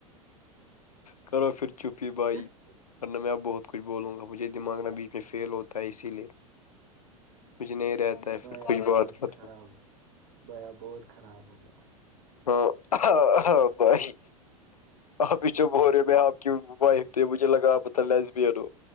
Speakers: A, on the left; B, on the right.
A: کرو پھر چھپی بائی
B: گے
A: کر ن میںپ بہت کچھ بولوں گا مجھے دماغ نہ بیچ میں فیل ہوتا ہے اسی لیے مجھے نہیں رہتا ہے
B: بھائییا
A: پھر کچھ بات
B: بہت
A: بات
B: خراب
A: میں
B: ہو گیا بھائییا بہت خراب ہو گیا
A: ہ ہ بھائی آپ ہی چپ ہو رہے میں آپ کہ وائٹ بجھے لگاپت لسبو